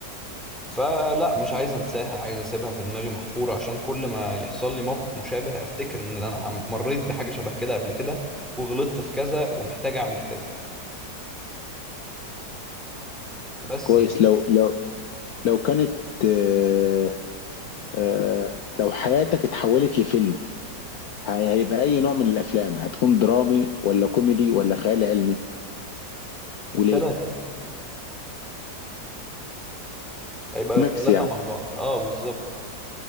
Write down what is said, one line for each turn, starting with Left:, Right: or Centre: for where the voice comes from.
Centre: فلا مش عايز انساها عايز اسيبها في دماغي محفورة عشان كل ما يحصل لي موقف مشابه افتكر ان انا عم- مريت بحاجة شبه كده قبل كده وغلطت في كذا ومحتاج اعمل كذا بس
Left: كويس
Centre: يعني
Left: لو لو لو كانت آه، آه، لو حياتك اتحولت لفيلم هي- هيبقى اي نوع من الافلام هتكون درامي ولا كوميدي ولا خيال علمي وليه
Centre: التلاتة هيبقى
Left: ميكس
Centre: التلاتة
Left: يعني
Centre: مع بعض اه بالظبط